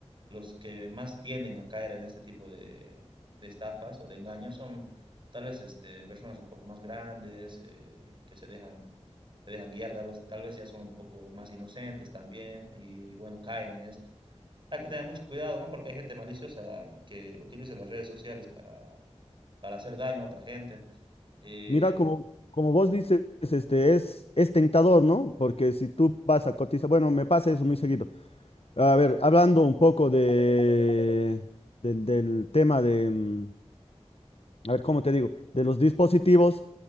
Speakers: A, on the right; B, on the left.
A: los que más tienden a caer en este tipo de, de estafas o de engaños son tal vez este, personas un poco más grandes, eh, que se dejan, se dejan guiar, tal vez, tal vez ya son un poco más inocentes también y bueno, caen en esto. Hay que tener mucho cuidado, ¿no? Porque hay gente maliciosa que utiliza las redes sociales para, para hacer daño a otra gente. Eh,
B: Mira, como, como vos dices, este, es, es tentador, ¿no? Porque si tú vas a cotizar, bueno, me pasa eso muy seguido. A ver, hablando un poco de, del, del tema de... mm, a ver, ¿cómo te digo? De los dispositivos,